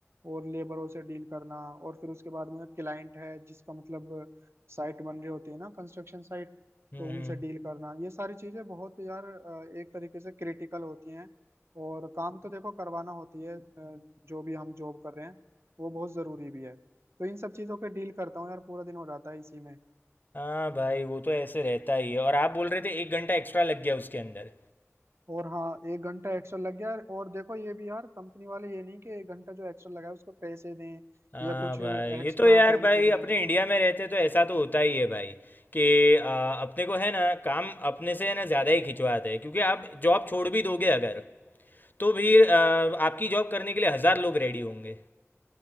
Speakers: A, on the right; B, on the left.
A: और लेबरों से डील करना और फिर उसके बाद में क्लाइंट है जिसका मतलब साइट बन रही होती है ना कंस्ट्रक्शन साइट
B: हम्म
A: तो
B: हम्म।
A: उनसे डील करना ये सारी चीजें बहुत यार अ, एक तरीके से क्रिटिकल होती हैं और काम तो देखो करवाना होती है अ, जो भी हम जॉब कर रहे हैं वो बहुत जरूरी भी है तो इन सब चीजों पे डील करता हूँ यार पूरा दिन हो जाता है इसी में
B: हाँ भाई वो तो ऐसे रहता ही है और आप बोल रहे थे एक घंटा एक्स्ट्रा लग गया उसके अंदर
A: और हाँ एक घंटा एक्स्ट्रा लग गया और देखो ये भी यार कंपनी वाले ये नहीं कि एक घंटा जो एक्स्ट्रा लगा है उसको पैसे दें
B: हाँ
A: या कुछ
B: भाई
A: एक्स्ट्रा
B: ये तो यार
A: बेनिफिट
B: भाई
A: दें
B: अपने इंडिया में रहते तो ऐसा तो होता ही है भाई कि आ, अपने को है ना काम अपने से है ना ज़्यादा ही खिंचवाते हैं क्योंकि आप जॉब छोड़ भी दोगे अगर तो फिर आ, आपकी जॉब करने के लिए हज़ार लोग रेडी होंगे